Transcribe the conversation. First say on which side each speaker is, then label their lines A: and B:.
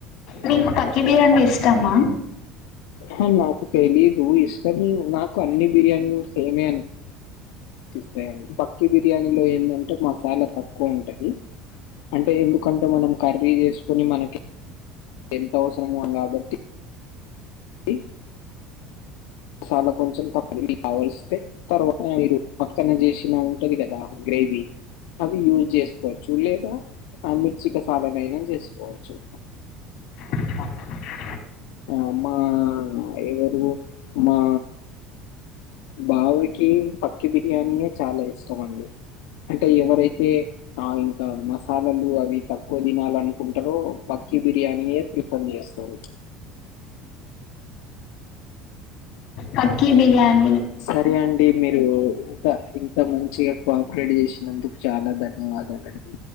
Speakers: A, on the left; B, on the left.
A: నీక్ పక్కి బీర్ అంటే ఇష్టమ్మా
B: ఆ నాకు తెలీదు ఇష్టమే నాకు అన్నీ బిర్యానీలు సేమే అన్ స్తాయండి పక్కీ బిర్యానీలో ఏంటంటే మసాలా తక్కువ ఉంటది అంటే ఎందుకంటే మనం కర్రీ చేసుకుని మనకి ఎంత అవసరమో నా బట్టి అ మసాలా కొంచెం తప్పిలి ఆవలిస్తే తర్వాత మీరు పక్కన చేసినా ఉంటది కదా గ్రేవీ అవి యూజ్ చేసుకోవచ్చు లేదా ఆ మిర్చి కసాలనైనా చేసుకోవచ్చు
A: <unintelligible> <inaudible>
B: అమ్మా ఎవరు మా బావకి పక్కి బిర్యానీ చాలా ఇష్టం అండి అంటే ఎవరైతే ఆ ఇంకా మసాలాలు అవి తక్కువ తినాల అనుకుంటారో పక్కి బిర్యానీయే ప్రిఫర్ చేస్తారు
A: పకి బం
B: సరే అండి మీరు ఇంత ఇంత మంచిగా కోఆపరేట్ చేసినందుకు చాలా ధన్యవాదాల అండి